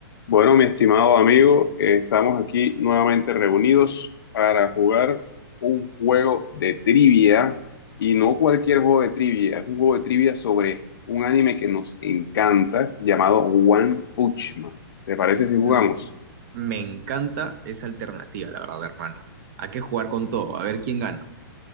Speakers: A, on the left; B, on the right.
A: Bueno, mi estimado amigo, eh, estamos aquí nuevamente reunidos para jugar un juego de trivia y no cualquier juego de trivia, es un juego de trivia sobre un anime que nos encanta llamado One Punch Man. ¿Te parece si jugamos?
B: Mm, me encanta esa alternativa, la verdad, hermano. ¿A qué jugar con todo? A ver quién gana.